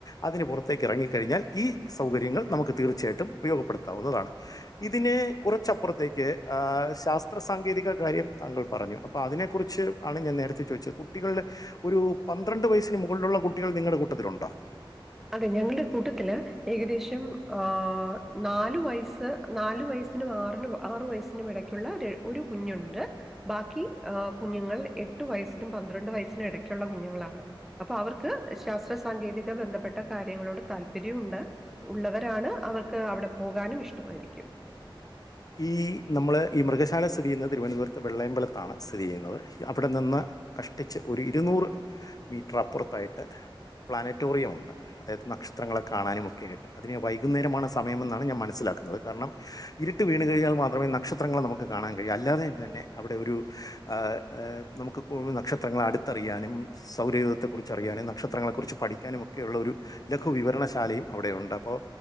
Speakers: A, on the left; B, in the centre.
A: അതിന് പുറത്തേക്ക് ഇറങ്ങിക്കഴിഞ്ഞാൽ ഈ സൗകര്യങ്ങൾ നമുക്ക് തീർച്ചയായിട്ടും ഉപയോഗപ്പെടുത്താവുന്നതാണ് ഇതിന് കുറച്ചപ്പുറത്തേക്ക് എ ശാസ്ത്ര സാങ്കേതിക കാര്യ താങ്കൾ പറഞ്ഞു അപ്പൊ അതിനെ കുറിച്ച് ആണ് ഞാൻ നേരത്തെ ചോദിച്ചത് കുട്ടികളുടെ ഒരു പന്ത്രണ്ട് വയസ്സിന് മുക കളിലുള്ള കുട്ടികൾ നിങ്ങളുടെ കൂട്ടത്തിലുണ്ടോ
B: അതെ ഞങ്ങളുടെ കൂട്ടത്തില് ഏകദേശം ആ നാലു വയസ്സ് നാലു വയസ്സിനും ആറിനും ആറു വയസ്സിനും മിടയ്ക്കുള്ള ഒരു കുഞ്ഞുണ്ട് ബാക്കിഎ കുഞ്ഞുങ്ങൾ എ എട്ടു വയസിനും പന്ത്രണ്ട് വയസ്സിനും ഇടയ്ക്കുള്ള കുഞ്ഞുങ്ങളാണ് അപ്പൊ അവർക്ക് ശാസ്ത്ര സാങ്കേതിക ബന്ധപ്പെട്ട യങ്ങളോട് താല്പര്യംഉണ്ട് ഉള്ളവരാണ് അവർക്ക് അവിടെ പോകാനും ഇഷ്ടമായിരിക്കും
A: ഈ നമ്മൾ ഈ മൃഗശാല സ്ഥിതി ചെയ്യുന്നത് തിരുവനന്തപുരത്ത് വെള്ളയമ്പലത്താണ് സ്ഥിതി ചെയ്യുന്നത് അവിടെ നിന്ന് കഷ്ടിച്ച് ഒരു ഇരുന്നൂറ് നൂറ് മീറ്റർ അപ്പുറത്തായിട്ട് പ്ലാനറ്റോറിയം ഉണ്ട് അതായത് നക്ഷത്രങ്ങളെ കാണാനുമ ഒക്കെയ ആയിട്ട് അതിന് വൈകുന്നേരമാണ് സമയംമെന്നാണ് ഞാൻ മനസ്സിലാക്കുന്നത് കാരണം ഇരുട്ട് വീണുകഴിഞ്ഞാൽ മാത്രമേ നക്ഷത്രങ്ങളെ നമുക് മുക്ക് കാണാൻ കഴിയും അല്ലാതെ തന്നെ അവിടെ ഒരു ആ ആ നമുക്ക് ഇപ്പൊ ഒന്നു നക്ഷത്രങ്ങളെ അടുത്തറിയാനും സൗരയൂഥത്തെ കുറിച്ച് അറിയാനും നക്ഷത്രങ്ങളെ കുറിച്ച് പഠിക്കാനും ഒക്കെ ഉള്ള ഒരു ലഘു വിവരണശാലയും അവിടെ ഉണ്ട് അപ്പോൾ പ്പൊ